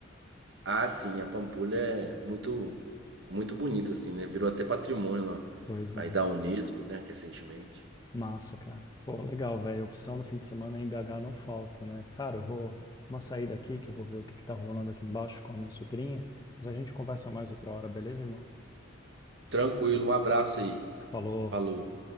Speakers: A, on the right; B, on the left.
A: Ah, sim, a Pampulha é muito, muito bonita, assim, né? Virou até patrimônio lá,
B: Coisa
A: aí da Unesco, né, recentemente.
B: massa, cara. Pô, legal, velho. Opção no fim de semana em BH não falta, né? Cara, eu vou uma saída aqui, que eu vou ver o que que tá rolando aqui embaixo com a minha sobrinha. Mas a gente conversa mais outra hora, beleza, irmão?
A: Tranquilo, um abraço aí.
B: Falou.
A: Falou.